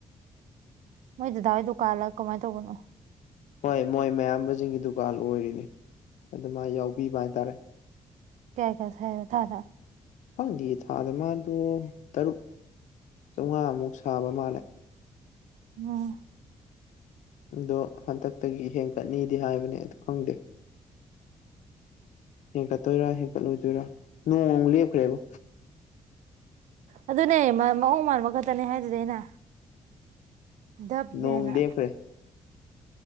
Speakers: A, on the left; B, on the right.
A: ꯎꯝ
B: ꯃꯣꯏ ꯗꯥꯋꯥꯏ ꯗꯨꯀꯥꯂ ꯀꯃꯥꯏꯅ ꯇꯧꯕꯅꯣ
A: ꯍꯣꯏ ꯃꯣꯏ ꯃꯌꯥꯝꯕꯁꯤꯡꯒꯤ ꯗꯨꯀꯥꯟ ꯑꯣꯏꯔꯤꯅꯤ ꯑꯗꯨꯃꯥꯏ ꯌꯥꯎꯕꯤꯕ ꯍꯥꯏꯇꯥꯔꯦ
B: ꯀꯌꯥ ꯀꯌꯥ ꯁꯥꯏꯕ ꯊꯥꯗ
A: ꯈꯪꯗꯦ ꯊꯥꯗ ꯃꯥꯗꯣ ꯇꯔꯨꯛ ꯆꯥꯝꯃꯉꯥꯃꯨꯛ ꯁꯥꯕ ꯃꯥꯜꯂꯦ
B: ꯎꯝ
A: ꯑꯗꯣ ꯍꯟꯗꯛꯇꯒꯤ ꯍꯦꯟꯀꯠꯅꯤꯗꯤ ꯍꯥꯏꯕꯅꯦ ꯑ ꯈꯪꯗꯦ ꯍꯦꯟꯀꯠꯇꯣꯏꯔꯥ ꯍꯦꯟꯀꯠꯂꯣꯏꯗꯣꯏꯔ ꯅꯣꯡ ꯂꯦꯞꯈ꯭ꯔꯦꯕ
B: ꯑꯗꯨꯅꯦ ꯃꯑꯣꯡ ꯃꯥꯟꯕ ꯈꯛꯇꯅꯦ ꯍꯥꯏꯗꯨꯗꯤ ꯑꯩꯅ ꯗꯕꯅꯦꯅ
A: ꯅꯣꯡ ꯂꯦꯞꯈ꯭ꯔꯦ